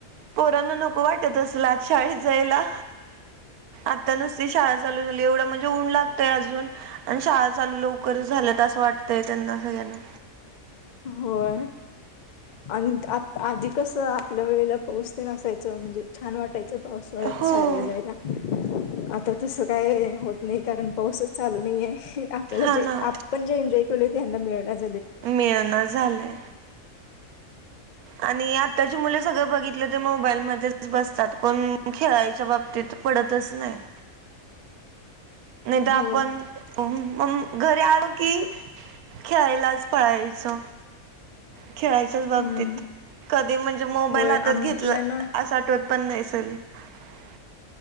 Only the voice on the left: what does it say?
होय आणि आधी कस आपल्या वेळेला पाऊस तेन असायचं छान वाटायचं पावसाळ्यात
शाळेला जायला आता तसं काय होत नाही कारण पाऊसच चालू नाहीे आपल्याला
जे
आपण जे एन्जॉय केलय ते ह्यांना मिळणा झालंय
होय
हम्म
होय
आपल्याला